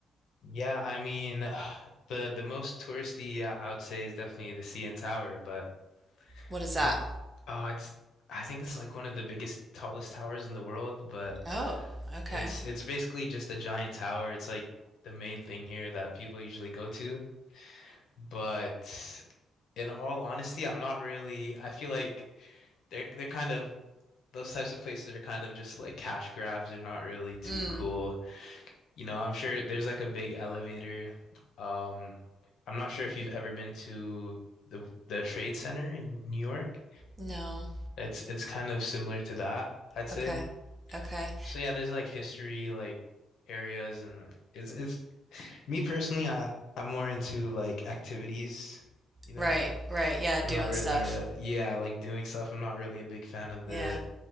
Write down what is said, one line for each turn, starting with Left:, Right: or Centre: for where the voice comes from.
Left: Yeah, I mean, <sighs> the the most touristy uh, I would say is definitely the CN Tower, but
Right: What is that?
Left: me, oh, it's I think it's like one of the biggest, tallest towers in the world, but
Right: Oh, okay.
Left: it's it's basically just a giant tower. It's like the main thing here that people usually go to. But in all honesty, I'm not really, I feel like they're they're kind of those types of places are kind of just like cash grabs. They're not really too
Right: Mm,
Left: cool. You know, I'm sure there's like a big elevator. Um, I'm not sure if you've ever been to the the Trade Center in New York.
Right: no.
Left: It's it's kind of similar to that, I'd say.
Right: Okay. Okay.
Left: So yeah, there's like history like areas and it's it's me personally, I I'm more into like activities, you know.
Right: Right, right. Yeah,
Left: I'm
Right: doing
Left: not really
Right: stuff.
Left: uh yeah, like doing stuff. I'm not really a big fan of the
Right: Yeah.